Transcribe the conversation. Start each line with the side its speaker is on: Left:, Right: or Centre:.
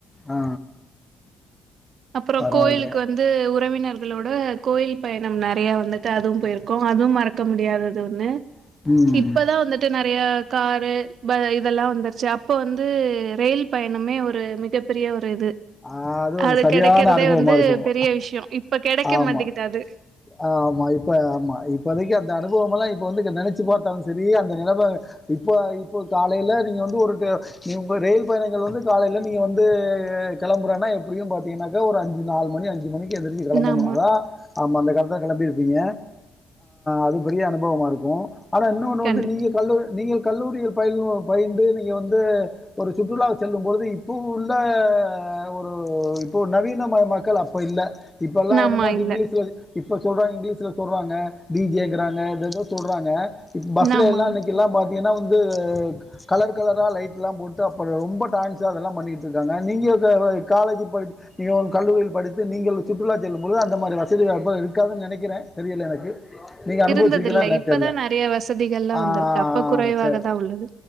Left: ஆ
Right: அப்றோ
Left: பரவால்லையே
Right: கோயிலுக்கு வந்து உறவி உறவினர்களோட கோயில் பயணம் நெறைய வந்துட்டு அதுவும் போயிருக்கோ அதுவும் இருக்க முடியாதது ஒண்ணு
Left: ம்
Right: இப்பதா
Left: ம்
Right: வந்துட்டு நெறைய காரு பைய் இதெல்லா வந்துருச்சு அப்போ வந்து ரயில் பயணமே ஒரு மிகப்பெரிய ஒரு இது
Left: ஆ ஒரு
Right: அது
Left: சரியான
Right: கிடைக்கறதே
Left: அனுபவமா
Right: வந்து
Left: இருக்கும்.
Right: பெரிய விஷயோ இப்ப கெடைக்க
Left: ஆமா,
Right: மாட்டேங்குது அது
Left: ஆமா இப்ப ஆமா இப்பதைக்கு அந்த அனுபவமெல்லா இப்ப வந்து நெனைச்சு பாத்தாலு சேரி அந்த நிலம இப்ப இப்ப காலையில நீங்க வந்து ஒரு ரயில் பயணங்கள் வந்து காலையில நீங்க வந்து கிளம்புறோன்னா எப்டியு பாத்தீங்கன்னாக்கா ஒரு அஞ்சு நாலு மணி அஞ்சு மணிக்கு எந்திரிச்சி கிளம்புனா
Right: ஆமா
Left: தா ஆமா அந்த காலத்துல கிளம்பி யிருப்பீங்க அது பெரிய அனுபவமா இருக்கோ ஆனா இன்னொன்னு
Right: கண்டிப்பா
Left: வந்து நீங்க கல்ல நீங்க கல்லூரிகள் பயிலு பயின்று நீங்க வந்து ஒரு சுற்றுலா செல்லும் பொழுது இப்போ உள்ள ஆ ஒரு இப்போ நவீனமயமாக்கள் அப்ப இல்ல இப்பெல்லா
Right: ஆமா
Left: என்னமோ <unintelligible>
Right: இல்ல
Left: இப்ப சொல்றாங் இங்கிலீஸ்ல சொல்றாங்க டி ஜே ங்கறாங்க ஏதேதோ சொல்றாங்க பஸ்ல
Right: ஆமா
Left: எல்லா
Right: ஆமா
Left: இன்னைக்கெல்லா பா இங்கனா வந்து கலர் கலரா லைட்லா போட்டு அப்பற ரொம்ப டான்ஸ் அதெல்லா பண்ணிட்டு இருந்தாங்க. நீங்க த அ காலேஜு ப நீங்க ஒரு கல்லூரியில் படித்து நீங்கள் சுற்றுலா செல்லும் பொழுது அந்த மாரி வசதி சரி அப்பற இருக்காதுன் நெனைக்கறே தெரில எனக்கு நீங்க அனுபவிச்சிருக்கீங்களா
Right: இருந்ததில்ல
Left: என்னன்னு
Right: இப்பதா
Left: தெரியல
Right: நெறைய வசதிகள்லா
Left: ஆ
Right: வந்திருக்கு அப்ப குறைவாக
Left: சரி
Right: தா உள்ளது